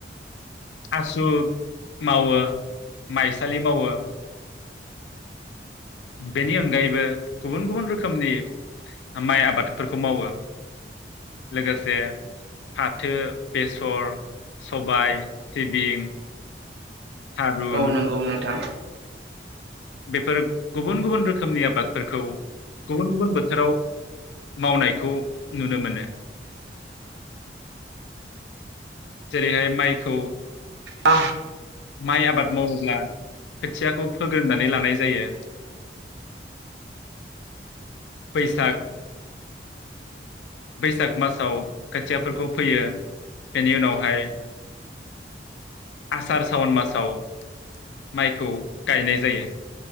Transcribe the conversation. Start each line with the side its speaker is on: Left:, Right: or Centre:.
Left: आसु मावो माइसालि मावो बेनि अनगायैबो गुबुन गुबुन रोखोमनि माइ आबादफोरखौ मावो लोगोसे फाथो बेसर सबाय सिबिं थारुन
Right: औ नंगौ नोंथां
Left: बेफोर गुबुन गुबुन रोखोमनि आबादफोरखौ गुबुन गुबुन बोथोराव मावनायखौ नुनो मोनो जेरैहाय माइखौ
Right: आ
Left: माइ आबाद मावोब्ला खोथियाखौ फोग्रोननानै लानाय जायो बैसाग बैसाग मासाव खोथियाफोरखौ फोयो बेनि उनावहाय आसार सावन मासाव माइखौ गायनाय जायो